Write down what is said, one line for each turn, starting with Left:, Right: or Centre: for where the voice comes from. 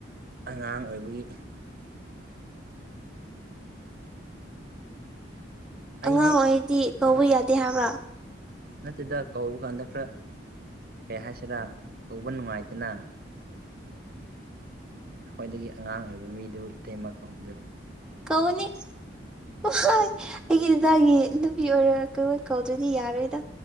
Right: ꯑꯉꯥꯡ ꯑꯣꯏꯕꯒꯤ ꯑꯩꯗꯤ
Centre: ꯑꯉꯥꯡ ꯑꯣꯏꯗꯤ ꯀꯧꯕ ꯌꯥꯗꯦ ꯍꯥꯏꯕ꯭ꯔꯥ
Right: ꯅꯠꯇꯦꯗ ꯀꯧꯕ ꯀꯥꯟꯗ ꯈꯔ ꯀꯩ ꯍꯥꯏꯁꯤꯔꯥ ꯀꯧꯕ ꯅꯨꯡꯉꯥꯏꯇꯅ ꯑꯩꯈꯣꯏꯗꯒꯤ ꯑꯉꯥꯡ ꯑꯣꯏꯕ ꯃꯤꯗꯨꯕꯨ ꯏꯇꯩꯃꯥ ꯀꯧꯕꯗꯨ
Centre: ꯀꯧꯒꯅꯤ ꯑꯣꯍꯣꯏ ꯑꯩꯒꯤ ꯅꯪꯒꯤ ꯅꯨꯄꯤ ꯑꯣꯏꯔꯀ ꯀꯧꯗ꯭ꯔꯗꯤ ꯌꯥꯔꯣꯏꯗ